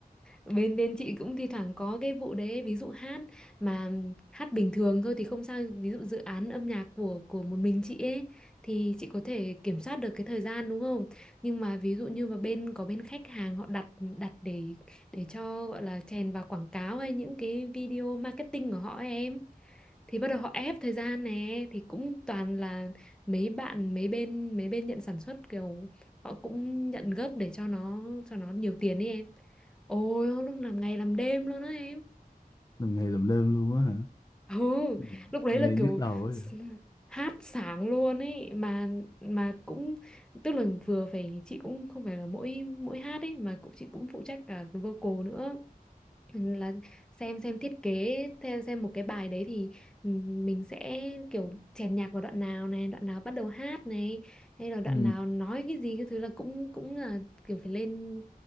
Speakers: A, in the centre; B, on the left (about 25°).
A: bên bên chị cũng thi thoảng có cái vụ đấy ví dụ hát mà hát bình thường thôi thì không sao ví dụ dự án âm nhạc của của một mình chị ấy thì chị có thể kiểm soát được cái thời gian đúng không nhưng mà ví dụ như mà bên có bên khách hàng họ đặt đặt để để cho gọi là chèn vào quảng cáo hay những cái video marketing của họ ấy em thì bắt đầu họ ép thời gian nè thì cũng toàn là mấy bạn mấy bên mấy bên nhận sản xuất kiểu họ cũng nhận gấp để cho nó cho nó nhiều tiền ấy em ôi lúc làm ngày làm đêm luôn á em
B: làm ngày làm đêm luôn á hả
A: <laughs> ừ
B: Gì
A: lúc đấy
B: nghe
A: là
B: nhức
A: kiểu
B: đầu ấy
A: s- hát sáng luôn ấy mà mà cũng tức là vừa phải chị cũng không phải là mỗi mỗi hát ấy mà cũng chị cũng phụ trách cả vocal nữa Ừ, là xem xem thiết kế theo xem một cái bài đấy thì ừm, mình sẽ kiểu chèn nhạc vào đoạn nào này đoạn nào bắt đầu hát này hay là đoạn
B: ừ,
A: nào nói cái gì cái thứ là cũng cũng là kiểu phải lên